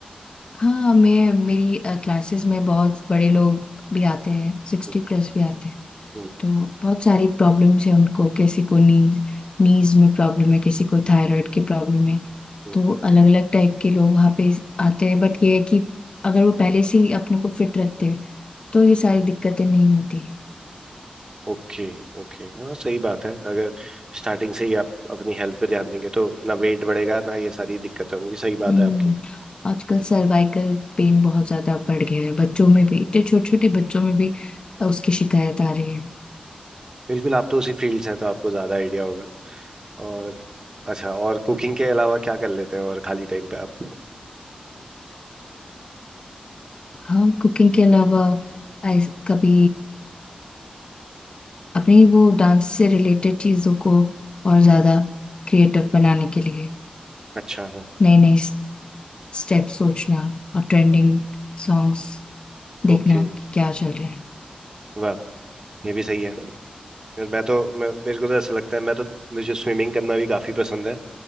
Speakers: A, on the left (about 35°); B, on the right (about 30°).
A: हाँ मैं मेरी क्लासेस में बहुत बड़े लोग भी आते हैं सिक्सटी
B: हम्म,
A: प्लस भी आते हैं
B: हम्म,
A: तो बहुत सारी प्रॉब्लम्स हैं उनको किसी को नीज नीज में प्रॉब्लम है किसी को थायराइड की प्रॉब्लम है
B: हम्म,
A: तो अलग अलग टाइप के लोग वहाँ पे आते हैं बट ये है कि अगर वो पहले से ही अपने को फिट रखते हैं तो ये सारी दिक्कतें नहीं होती
B: ओके ओके हाँ सही बात है अगर स्टार्टिंग से ही आप अपनी हेल्थ पे ध्यान देंगे तो ना वेट बढ़ेगा ना ये सारी दिक्कतें होंगी सही बात
A: हम्म
B: है आपकी
A: आजकल सर्वाइकल पेन बहुत ज्यादा बढ़ गया है बच्चों में भी इतने छोटे छोटे बच्चों में भी उसकी शिकायत आ रही है
B: बिल्कुल आप तो उसी फील्ड से हैं तो आपको ज्यादा आइडिया होगा और अच्छा और कुकिंग के अलावा क्या कर लेते हो और खाली टाइम पे आप
A: हाँ कुकिंग के अलावा ऐस- कभी अपनी वो डांस से रिलेटेड चीजों को और ज्यादा क्रिएटिव बनाने के लिए
B: अच्छा वाह
A: नए नए स्टेप सोचना और ट्रेंडिंग सॉन्ग्स देखना
B: ओके
A: कि क्या चल रहा है
B: वाह ये भी सही है फिर मैं तो मैं मेरे को तो ऐसा लगता है मैं तो मुझे स्विमिंग करना भी काफ़ी पसंद है